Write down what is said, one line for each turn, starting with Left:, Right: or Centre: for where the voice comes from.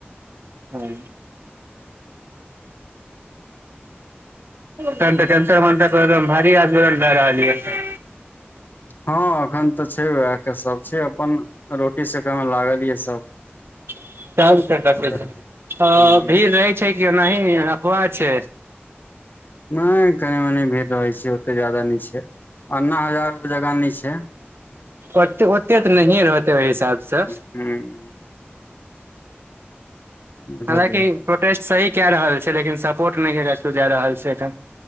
Right: हँ तऽ तऽ कैंसर मान भारी आमरण लए रहल य <unintelligible>
Left: हँ एखन तऽ छै उएह के सब छै अपन रोटी सेके में लागल ये सब
Right: च
Left: की करबै हूँ
Right: भीड़ रहै छै कि ओनाह अफवाह छय
Left: नहि कनी मनी भे रहै छय जादा नय छै अन्ना हजार जाका नय छै
Right: ओते ओते त नय रहत ओ हिसाब सँ
Left: हं
Right: हालांकि
Left: बुझलियै
Right: कि प्रोटेस्ट सही कए रहल छै लेकिन सपोर्ट नय केछ जा रहल छै एखेन